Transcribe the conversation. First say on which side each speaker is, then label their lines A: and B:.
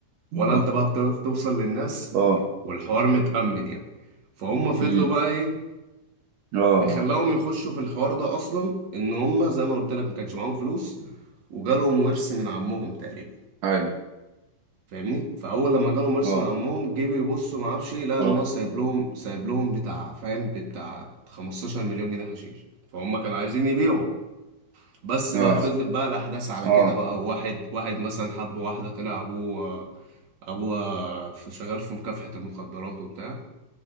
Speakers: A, on the right; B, on the right.
A: اه
B: ولا انت بقى بتعرف توصل للناس
A: اه
B: والحوار متأمن يعني فهم فضلوا
A: امم
B: بقى ايه
A: اه
B: اللي خلاهم
A: آه.
B: يخشوا في الحوار ده اصلا ان هم زي ما قلت لك ما كانش معاهم فلوس وجالهم ورث من عمهم تقريبا
A: ايوه
B: فاهمني فاول لما جالهم ورث
A: اه
B: من عمهم جه بيبصوا ما اعرفش ايه لقى
A: اه
B: ان هو سايب لهم سايب لهم بتاع فاهم بتاع 15 مليون جنيه حشيش فهم كانوا عايزين يبيعوا بس بقى
A: اه
B: فضلت بقى الاحداث على
A: اه
B: كده بقى واحد واحد مثلا حب واحده طلع ابوه ابوه في شغال في مكافحه المخدرات وبتاع